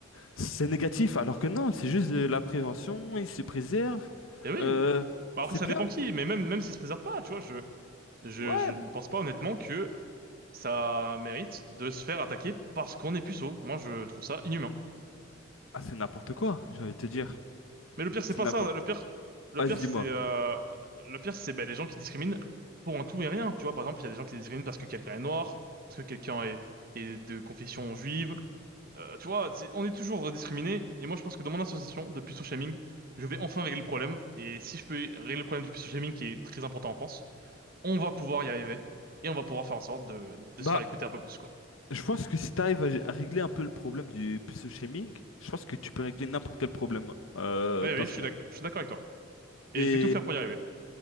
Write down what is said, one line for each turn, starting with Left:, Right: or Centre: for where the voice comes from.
Left: c'est négatif alors que non, c'est juste de la prévention, ils se préservent.
Right: Et oui,
Left: Euh,
Right: Bah,
Left: c'est
Right: après, ça
Left: bien.
Right: dépend qui, mais même, même s'ils se préservent pas, tu vois, je, je,
Left: Ouais.
Right: je ne pense pas honnêtement que ça mérite de se faire attaquer parce qu'on est puceau. Moi, je trouve ça inhumain.
Left: Ah c'est n'importe quoi, j'ai envie de te dire.
Right: Mais le pire, c'est
Left: C'est
Right: pas
Left: n'importe.
Right: ça. Le pire, le
Left: Vas-y,
Right: pire, c'est
Left: dis-moi.
Right: euh, le pire, c'est ben, les gens qui discriminent pour un tout et rien. Tu vois, par exemple, il y a des gens qui discriminent parce que quelqu'un est noir, parce que quelqu'un est, est de confession juive Euh, tu vois, c'est- on est toujours discriminé. Et moi, je pense que dans mon association de puceau shaming, je vais enfin régler le problème. Et si je peux régler le problème du puceau shaming, qui est très important en France, on va pouvoir y arriver. Et on va pouvoir faire en sorte de, de
Left: Bah
Right: se faire écouter un peu plus, quoi.
Left: Je pense que si tu arrives à, à régler un peu le problème du pseudo shaming, je pense que tu peux régler n'importe quel problème euh,
Right: Oui
Left: dans
Right: oui,
Left: ce
Right: je suis
Left: monde.
Right: d'ac- je suis d'accord avec toi. Et
Left: Et
Right: je vais tout faire pour y arriver.